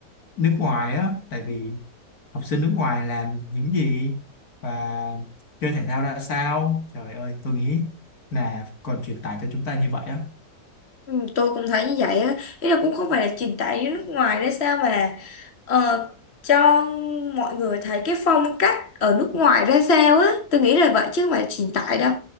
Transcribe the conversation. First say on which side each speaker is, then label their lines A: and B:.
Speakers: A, on the left; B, on the left.
A: nước ngoài á tại vì học sinh nước ngoài làm những gì và chơi thể thao ra sao trời ơi tôi nghĩ là còn truyền tải cho chúng ta như vậy á
B: Ừ, tôi cũng thấy như vậy á ý là cũng không phải là truyền tải đến nước ngoài đấy sao mà là ờ, cho mọi người thấy cái phong cách ở nước ngoài ra sao á tôi nghĩ là vậy chứ không phải là truyền tải đâu